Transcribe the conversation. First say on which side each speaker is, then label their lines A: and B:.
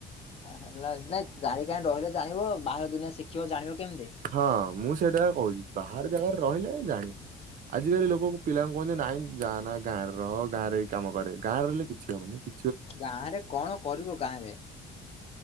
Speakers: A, on the left; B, on the right.
A: ହଁ ହେଲା ନାଇଁ ଜାଣି କାହିଁ ରହିଲେ ଜାଣିବ ବାହାର ଦୁନିଆ ଶିଖିବ ଜାଣିବ କେମତି?
B: ହଁ ମୁଁ ସେଇଟା କହୁଛି ବାହାର ଜାଗାରେ ରହିଲେ ଜାଣିବ ଆଜିକାଲି ଲୋକଙ୍କୁ ପିଲାଙ୍କୁ କହନ୍ତି ନାଇଁ ଯାଆନା ଗାଁରେ ରହ ଗାଁରେ ରହିକି କାମ କରେ ଗାଁ ରହିଲେ କିଛି ହବନି କି
A: ଗାଁ ରେ କଣ କରିବ ଗାଁ ରେ?